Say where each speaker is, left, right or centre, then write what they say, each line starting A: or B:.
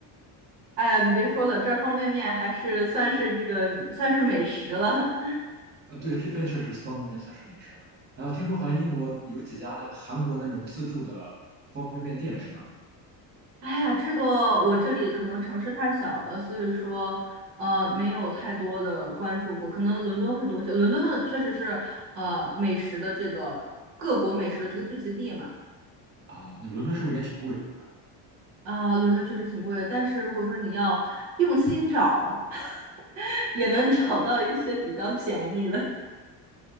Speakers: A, on the right (about 90°); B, on the right (about 25°).
A: 哎呀，你别说了，这儿方便面还是算是这个算是美食了。<laughs>
B: 呃，对，这边确实方便面算是美食了。然后听说好像英国有几家那个韩国那种自助的方便面店是吧？
A: 哎呀，这个我这里可能城市太小了，所以说呃没有太多的关注过，可能伦敦会多一些。伦敦呢确实是呃美食的这个各国美食的这个聚集地嘛，
B: 哦，那伦敦是不是也挺贵的，对吧？
A: 啊、伦敦确实挺贵，但是如果说你要用心找，<laughs> 也能找到一些比较便宜的。